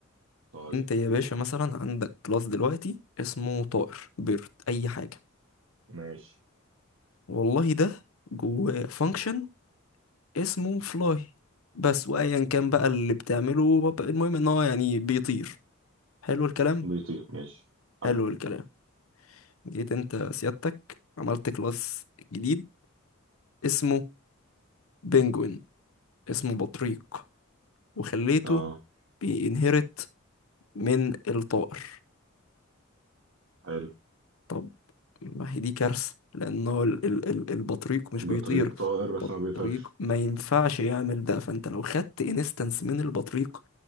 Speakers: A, on the right; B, on the left.
A: طيب
B: انت يا باشا
A: أوه.
B: مثلا عندك كلاس دلوقتي اسمه طائر بيرد اي حاجه
A: ماشي
B: والله ده جواه فانكشن اسمه فلاي بس وايا كان بقى اللي بتعمله بقى- المهم ان هو يعني بيطير حلو الكلام
A: بيطير ماشي
B: حلو
A: حلو
B: الكلام جيت انت سيادتك عملت كلاس جديد اسمه بنجوين اسمه بطريق وخليته
A: اه
B: بينهرت من الطائر
A: حلو
B: طب ما هي دي كارثة لأنه ال- ال- ال- البطريق مش
A: بطريق
B: بيطير
A: طائر
B: البطريق
A: بس ما بيطيرش
B: ما ينفعش يعمل ده فأنت لو خدت انستنس من البطريق